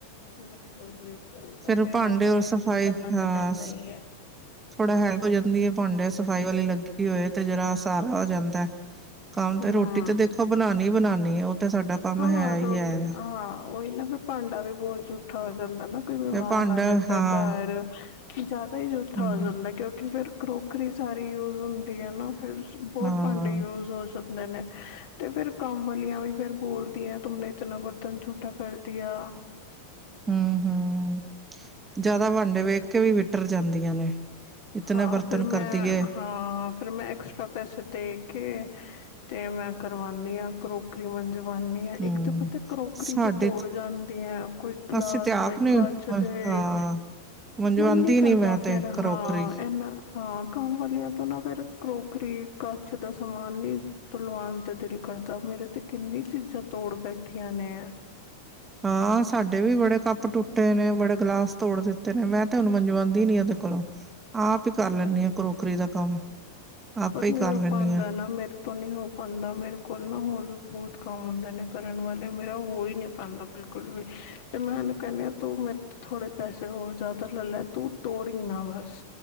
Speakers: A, on the left; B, on the right.
A: ਬਿਲਕੁੱਲ-ਬਿਲਕੁੱਲ
B: ਫਿਰ
A: ਓ ਤੇ
B: ਭਾਂਡੇ
A: ਹੈ ਈ ਏ
B: ਔਰ
A: ਦੇਖੋ
B: ਸਫ਼ਾਈ
A: ਕਰਨਾ
B: ਹਾਂ
A: ਤੇ ਪੈਂਦਾ ਈ ਐ।
B: ਥੋੜਾ ਹੈਲਪ ਹੋ ਜਾਂਦੀ ਏ ਪਾਂਡੇ ਸਫ਼ਾਈ ਵਾਲੀ ਲੱਗੀ ਹੋਏ ਤੇ ਜਰਾ ਸਾਰਾ ਹੋ ਜਾਂਦਾ। ਕੰਮ
A: ਹਮ
B: ਤੇ ਰੋਟੀ ਤੇ ਦੇਖੋ ਬਣਾਨੀ ਬਣਾਨੀ ਏ ਓ ਤੇ ਸਾਡਾ ਕੰਮ
A: ਹਾਂ
B: ਹੈ ਹੀ
A: ਰੋਟੀ
B: ਹੈ
A: ਹਾਂ ਉਈਯ ਨਾ ਫਿਰ ਪਾਂਡਾ ਵੀ ਬੋਤ ਝੂਠਾ ਹੋ ਜਾਂਦਾ ਨਾ। ਕੋਈ ਮੇਮਾਨ
B: ਤੇ ਭਾਂਡਾ
A: ਆ ਜਾਂਦਾ
B: ਹਾਂ
A: ਘਰ ਜ਼ਿਆਦਾ ਹੀ ਜੂਠਾ
B: ਹੂੰ
A: ਹੋ ਜਾਂਦਾ ਕਿਉਂਕਿ ਫਿਰ ਕਰੋਕਰੀ ਸਾਰੀ ਯੂਜ ਹੁੰਦੀ ਏ ਨਾ। ਫਿਰ ਬਹੁਤ
B: ਹਾਂ
A: ਪਾਂਡੇ ਯੂਜ ਹੋ ਜਾਂਦੇ ਨੇ ਤੇ ਫੇਰ ਕੰਮ ਵਾਲੀਆਂ ਵੀ ਫਿਰ ਬੋਲਦੀਆਂ ਤੂੰਮਨੇ ਇਤਨਾ ਬਰਤਨ ਝੂਠਾ ਕਰਦੀਆ।
B: ਹੂੰ-ਹੂੰ ਜਿਆਦਾ ਪਾਂਡੇ ਵੇਖ ਕੇ ਵੀ ਵਿਟਰ ਜਾਂਦੀਆਂ ਨੇ। ਇਤਨੇ
A: ਹਾਂ
B: ਬਰਤਨ
A: ਫਿਰ ਮੈਂ
B: ਕਰਦੀਏ
A: ਹਾਂ ਫਿਰ ਮੈਂ ਐਕਸਟਰਾ ਪੈਸੇ ਦੇ ਕੇ ਤੇ ਮੈਂ ਕਰਵਾਨੀ ਆ। ਕਰੋਕਰੀ ਮਨਜਵਾਨੀ ਆ
B: ਹੂੰ
A: ਇੱਕ ਤਾਂ ਪਤਾ ਕਰੋਕਰੀ
B: ਸਾਡੇ
A: ਵੀ ਤੋੜ ਜਾਂਦੀਯਾਂ ਕੋਈ ਗਲਾਸ
B: ਅਸੀਂ ਤੇ ਆਪ
A: ਹੋਏ
B: ਨੇ
A: ਕਚ ਦੇ
B: ਹਾਂ ਮੰਜਵਾਉਂਦੀ
A: ਮਨ ਨੀ ਕਰਦਾ
B: ਮੈਂ ਤੇ
A: ਫੇਰ
B: ਕਰੋਕਰੀ
A: ਹਾਂ ਐ ਹਾਂ ਕੰਮ ਵਾਲੀਆਂ ਤੋਂ ਨਾ ਫੇਰ ਕਰੋਕਰੀ ਕਚ ਦਾ ਸਮਾਨ ਨੀ ਤੂਲਵਾਨ ਤੇ ਦਿਲ ਕਰਦਾ ਮੇਰੀ ਤੇ ਕਿੰਨੀ ਚੀਜ਼ਾਂ ਤੋੜ ਬੈਠੀਆਂ ਨੇ।
B: ਹਾਂ ਸਾਡੇ ਵੀ ਬੜੇ ਕੱਪ ਟੁੱਟੇ ਨੇ ਬੜੇ ਗਲਾਸ ਤੋੜ ਦਿੱਤੇ ਨੇ ਮੈਂ ਤੇ ਹੁਨ ਮੰਜਵਾਦੀ ਨੀ ਏਦੇ ਕੋਲੋਂ। ਆਪ ਈ ਕਰ ਲੈਣੀ ਆ ਕਰੋਕਰੀ ਦਾ ਕੰਮ ਆਪੇ
A: ਪਰ
B: ਹੀ
A: ਨਹੀਂ
B: ਕਰ
A: ਹੋ
B: ਲੈਂਦੀ
A: ਪਾਂਦਾ
B: ਹਾਂ
A: ਨਾ ਮੇਰੇ ਤੋਂ ਨਹੀਂ ਹੋ ਪਾਂਦਾ ਮੇਰੇ ਕੋਲ ਨਾ ਹੋਰ ਵੀ ਬੋਹਤ ਕੰਮ ਹੁੰਦੇ ਨੇ ਕਰਨ ਵਾਲੇ ਮੇਰਾ ਹੋ ਹੀ ਨਹੀਂ ਪਾਂਦਾ ਬਿਲਕੁੱਲ। ਕੁਲ ਵੀ ਤੇ ਮੈਂ ਇਹਨੂੰ ਕੈਣੀ ਆ ਤੂੰ ਮੇਰੇ ਤੋ ਥੋੜੇ ਪੈਸੇ ਹੋਰ ਜ਼ਿਆਦਾ ਲੈ ਲੈ ਤੂੰ ਤੋੜੀ ਨਾ ਬਸ।